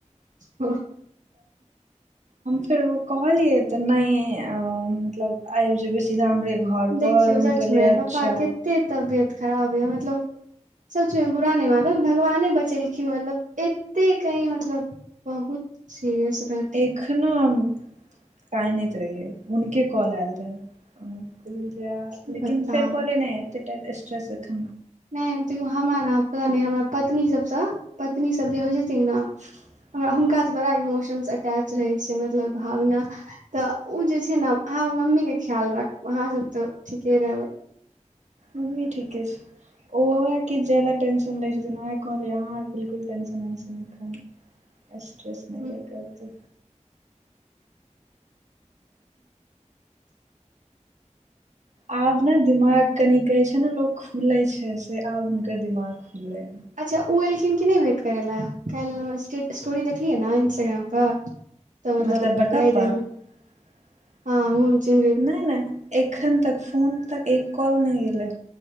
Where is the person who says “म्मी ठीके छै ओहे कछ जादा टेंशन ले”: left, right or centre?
Right